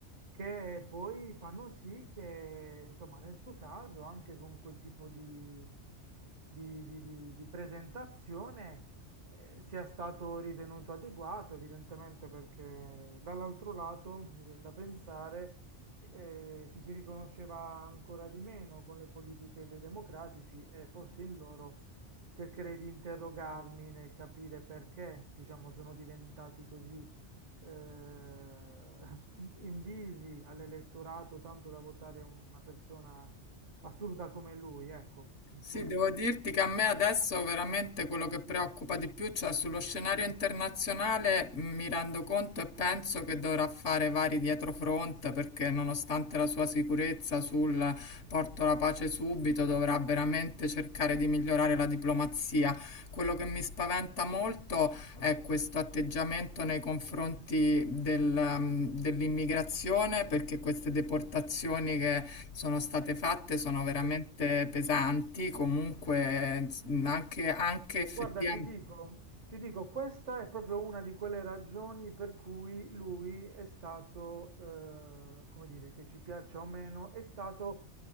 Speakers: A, on the right (about 80°); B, on the left (about 85°).
A: che poi fanno sì che, insomma, nel suo caso, anche con quel tipo di di, di- di- di presentazione eh, sia stato ritenuto adeguato, evidentemente perché dall'altro lato mi viene da pensare eh, ci si riconosceva ancora di meno con le politiche dei democratici e fossi in loro cercherei di interrogarmi nel capire perché, diciamo, sono diventati così eh, invisi all'elettorato tanto da votare una persona assurda come lui, ecco,
B: Sì,
A: poi
B: devo dirti che a me adesso veramente quello che preoccupa di più, cioè sullo scenario internazionale, mh, mi rendo conto e penso che dovrà fare vari dietrofront perché nonostante la sua sicurezza sul porto la pace subito, dovrà veramente cercare di migliorare la diplomazia. Quello che mi spaventa molto è questo atteggiamento nei confronti del, mm, dell'immigrazione, perché queste deportazioni che sono state fatte sono veramente
A: sì
B: pesanti, comunque mm, anche, anche effettivamente.
A: Guarda, ti dico, ti dico, questa è proprio una di quelle ragioni per cui lui è stato, eh, come dire, che ci piaccia o meno, è stato